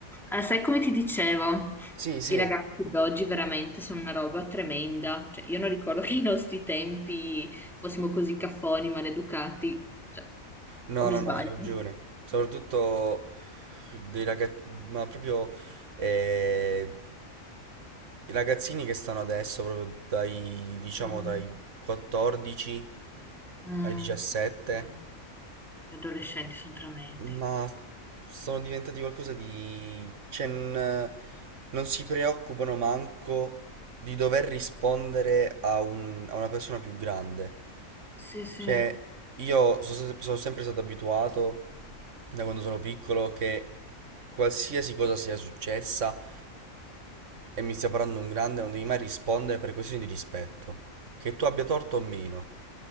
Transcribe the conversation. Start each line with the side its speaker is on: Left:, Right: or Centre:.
Centre: Ah, sai come ti dicevo,
Right: Sì, sì,
Centre: i ragazzi di oggi veramente sono una roba tremenda. Cioè, io non ricordo che ai nostri tempi fossimo così caffoni, maleducati. Cioè,
Right: no,
Centre: o mi
Right: no,
Centre: sbaglio?
Right: no, hai ragione. Soprattutto dei ragazzi, ma proprio eh, i ragazzini che stanno adesso, proprio dai, diciamo,
Centre: Mm,
Right: dai 14
Centre: mm.
Right: ai 17,
Centre: Eh, Gli adolescenti sono tremendi.
Right: ma sono diventati qualcosa di... cioè, non, non si preoccupano manco di dover rispondere a un- a una persona più grande.
Centre: Sì, sì.
Right: Cioè, io so- so- sono sempre stato abituato da quando sono piccolo che qualsiasi cosa sia successa e mi stia parlando un grande, non devi mai rispondere per questioni di rispetto. Che tu abbia torto o meno.